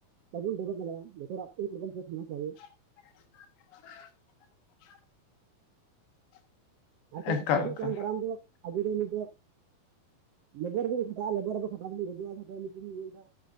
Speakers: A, on the right; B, on the left.
A: ᱵᱟᱵᱚᱱ ᱰᱵᱷ ᱫᱟᱲᱮᱭᱟᱜᱼᱟ᱾ ᱡᱚᱛᱚ ᱮᱠ ᱨᱚᱠᱚᱢ ᱥᱳᱥ ᱪᱮ
B: <unintelligible>
A: ᱟᱨ ᱵᱟᱠᱷᱟᱡ
B: ᱮᱠᱟᱞ
A: ᱦᱤᱡᱩᱜ
B: ᱮᱠᱟᱞ
A: ᱠᱟᱱ ᱫᱟᱨᱟᱢ ᱫᱚ ᱟᱵᱚ ᱫᱚ ᱱᱤᱛ ᱫᱚ ᱞᱮᱵᱚᱨ ᱠᱷᱟᱴᱟᱜᱼᱟ᱾ ᱞᱮᱵᱟᱨ ᱠᱷᱟᱟᱣ ᱫᱚᱢ ᱜᱚᱡᱚᱜᱼᱟ ᱧᱮᱞ ᱮᱫᱟ